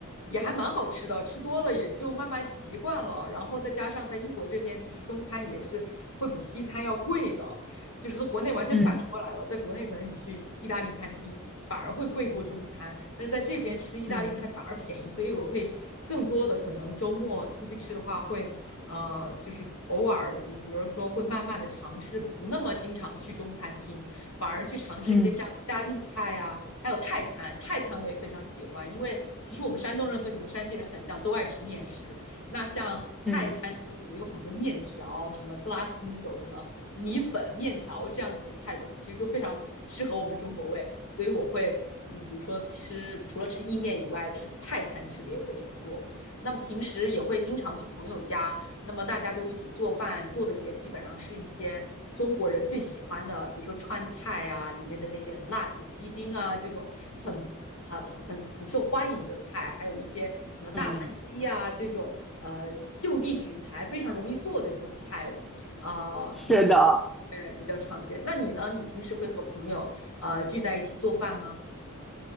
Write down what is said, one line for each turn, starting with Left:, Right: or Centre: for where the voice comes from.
Left: 也还蛮好吃的，吃多了也就慢慢习惯了。然后再加上在英国这边，其实中餐也是会比西餐要贵的，就是和国内完全反过来了。
Centre: 嗯
Left: 在国内可能你去意大利餐厅反而会贵过中餐，但是在这边吃意大利菜反而便宜，
Centre: 嗯
Left: 所以我会更多的可能周末出去吃的话会。呃，就是偶尔，比如比如说会慢慢的尝试，不那么经常去中餐厅，反而去尝试一些像意大利菜啊，
Centre: 嗯
Left: 还有泰餐。泰餐我也非常喜欢，因为其实我们山东人和你们山西人很像，都爱吃面食。那像泰餐中里面有很多面条，
Centre: 嗯，
Left: 什么 glass noodle，什么米粉、面条这样子的菜谱，其实就非常适合我们中国胃。所以我会，嗯，比如说吃除了吃意面以外，吃泰餐吃的也非常多。那么平时也会经常去朋友家。那么大家就一起做饭，做的也基本上是一些中国人最喜欢的，比如说川菜啊，里面的那些什么辣子鸡丁啊，这种很很很很很受欢迎的菜，还有一些什么大盘鸡啊这种，
Centre: 嗯，
Left: 呃，就地取材非常容易做的这种菜，呃，
Centre: 是的，
Left: 就会比较对比较常见。那你呢？你平时会和朋友呃聚在一起做饭吗？